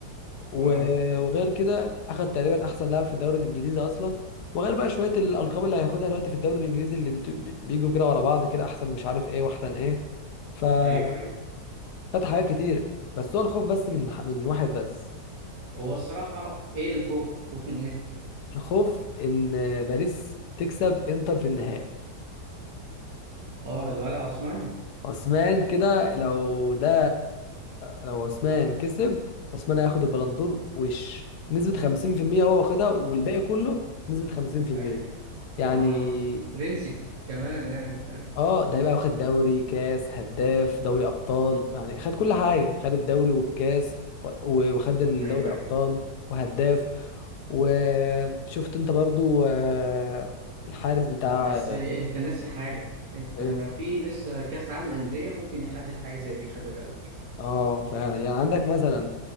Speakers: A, on the left; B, on the right.
A: و-
B: اه
A: وغير كده اخد تقريبا احسن لاعب في الدوري الانجليزي اصلا وغير بقى شويه الالقاب اللي هياخدها دلوقتي في الدوري الانجليزي اللي بت- بي- بيجوا كده ورا بعض كده احسن مش عارف ايه واحسن ايه فخد
B: ايوه ايوه
A: حاجات كتير بس هو الخوف بس من من واحد بس
B: هو الصراحه ايه الخوف خوف من ايه
A: الخوف ان باريس تكسب انتر في النهائي
B: اه الولع عثمان
A: عثمان كده لو ده لو عثمان كسب عثمان هياخد البلندور وش نسبة خمسين في المية هو واخدها والباقي كله نسبة خمسين في المية
B: ايوه
A: يعني
B: ايوه هو فرنسي كمان يعني فاهم
A: اه ده هيبقى واخد دوري كاس هداف دوري أبطال يعني خد كل حاجة خد الدوري والكاس و- وخد الدوري
B: ايوه ايوه
A: أبطال
B: أيوه.
A: وهداف وشفت انت برضو آه، الحارس بتاع
B: بس انت ناسي حاجه انت
A: آه،
B: في لسه كاس عالم للانديه ممكن يحدد حاجه زي دي خلي بالك
A: اه فعلا يعني عندك مثلا